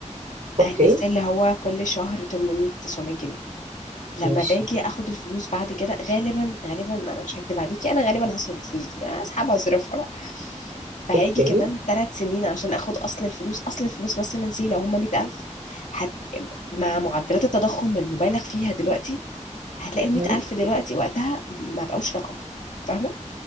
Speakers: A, on the right; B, on the left.
A: اوكي
B: هينزل لي هو كل شهر 800 900 جنيه لما
A: ماشي
B: باجي اخد الفلوس بعد كده غالبا غالبا انا مش هكدب عليكي انا غالبا هصرف الفلوس دي اسحبها اصرفها بقى فهيجي
A: اوكي
B: كمان ثلاث سنين عشان اخد اصل الفلوس اصل الفلوس مثلا سي لو هم 100000 هت... مع معدلات التضخم المبالغ فيها دلوقتي هتلاقي ال 100000
A: مم.
B: دلوقتي وقتها ما بقوش رقم فاهمه